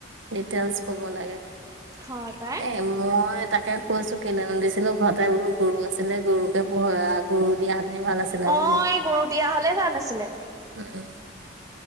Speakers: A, on the right; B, on the right.
A: ডিতেইলচ কব লাগে।
B: হয় পায়।
A: এ মই তাকে কৈছো কিনে নিদিছিলো ঘৰতে বোৰ গৰু আছিলে গৰু <unintelligible> আ, গৰু দিয়া ভাল হেতেন এই আছিলে
B: অ
A: <unintelligible>
B: এই গৰু দিয়া হলে ভাল আছিলে
A: উম, উম।